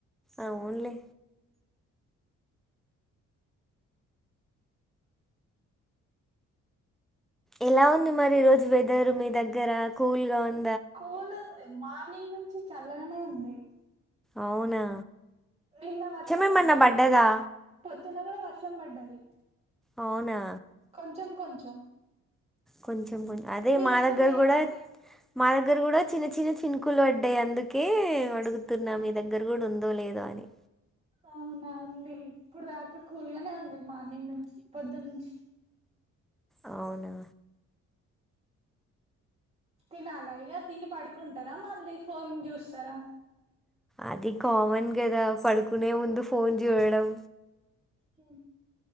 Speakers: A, in the centre; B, on the right.
A: ఆవున్లే ఎలా ఉంది మరి ఈ రోజు వెథ్ దర్ మీ దగ్గర కూల్ గా ఉం
B: స్కూల్ మార్నింగ్ నుం చల్లగానే ఉంది
A: అవునా
B: నిన్న వర్షం
A: ఏమన్నా
B: పడ్డది
A: పడ్డదా
B: తునగలో వర్షం పడ్డది
A: అవునా
B: కొంచెం కొంచెం
A: కొంచ కొంచెం అదే
B: మీ
A: మాదగ్గర
B: దగ్గర లేదా
A: కూడా మా దగ్గర కూడా చిన్న చిన్న చినుకులు పడ్డాయి, అందుకే అడుగుతున్నా మీ దగ్గర కూడా ఉందో లేదో అని
B: అవునా ఉంది ఇప్పుడు దాకా కూల్ గానే ఉం మార్నింగ్ నుంచి పొద్దున్నుంచి
A: అవును
B: తిని అలాగే తిని పడుకుంటారా మళ్ళీ ఫోన్ చూస్తారా
A: అది కామన్ కదా పడుకునే ముందు ఫోన్ చూడడం
B: ఉ